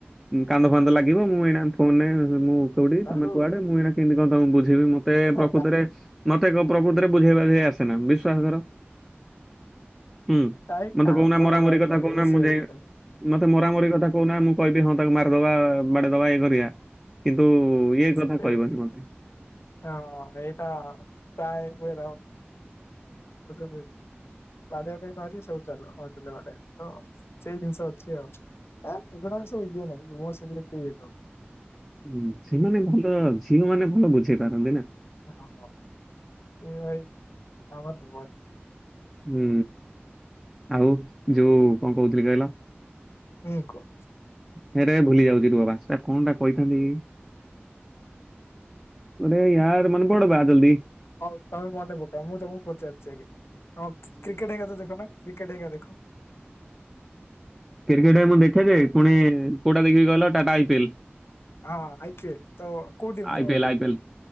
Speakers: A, in the centre; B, on the left (about 75°).
A: କାନ୍ଦ ଫାନ୍ଦ ଲାଗି ଲ ମୁଁ ଏଇନା ଫୋନରେ ମୁଁ କଉଠି ତମେ
B: ନା
A: କୁଆଡେ
B: ନା।
A: ମୁଁ ଏଇନା କେମିତି କଣମ ବୁଝିବି ମତେ
B: ହଁ
A: ପ୍ରକୃତରେ ମତେ ଏକ ପ୍ରକୃତିରେ ବୁଝେଇବାଝେଇ ଆସେନା ବିଶ୍ଵାସ କର। ହୁଁ
B: କାଇଁ
A: ମତେ
B: କାନ୍ଦ
A: କହୁନା ମରାମରି
B: ଗୁଡା
A: କଥା
B: ନାଇଁ
A: କହୁନା
B: ସେଇ
A: ମୁଁ ଯାଇ
B: ହଁ
A: ମତେ ମରାମରି ସେ କଥା କହୁନା ମୁଁ କହିବି ହଁ ତାକୁ ମାରିଦବା ବାଡେଦବା ଏଇ ଘରିଆ କିନ୍ତୁ ଇଏ
B: ସେ
A: କଥା କହିବନି ମତେ।
B: ହଁ ଏଟା କଏ ବୁଏ <unintelligible> ବାଡେଇଆ ପାଇଁ ମାରି ସବୁ ଚାଲ ହଉ ଦେ ବାଡେଇଆ ହଁ ସେଇ ଜିନିଷ ଅଛି ଆଉ। ଆଁ ଏଇଡସଇଏ ନାାଇଁ ବସିଲ ତଇନ
A: ହୁଁ ସେମାନେ ଭଲ ଝିଅ ମାନେ ଭଲ ବୁଝେଇ ପାରନ୍ତି ନା।
B: ହଁ ଏ ଭାଇ ଆମର
A: ହୁଁ ଆଉ ଯୋଉ କଣ କହୁଥିଲି କହିଲ?
B: ହଁ କୁହ।
A: ହେ ରେ ଭୁଲି ଯାଉଛି ରୁ ବାସଟ କଣ ଟା କହିଥାନ୍ତି। ରେୟାର ମନ ପଡ ବା ଜଲଦି।
B: ହଉ ତମେ ମନେ ପକା ମୁଁ ତମକୁ ପଚାରୁଛି ଆ ହଁ କ୍ରିକେଟ୍ ହଇା ତ ଦେଖ ନା କ୍ରିକେଟ ହେକ ଦେଖ?
A: କ୍ରିକେଟ ମୁଁ ଦେଖେ ଯେ ପୁଣି କୋଉଟା ଦେଖିକି ଗ ଟାଟା ଆଇ ପିଏଲ।
B: ହଁ ଆଇକଲ ତ କଉଠିିନ
A: ଆଇପିଏଲ
B: ତୋମର?
A: IPL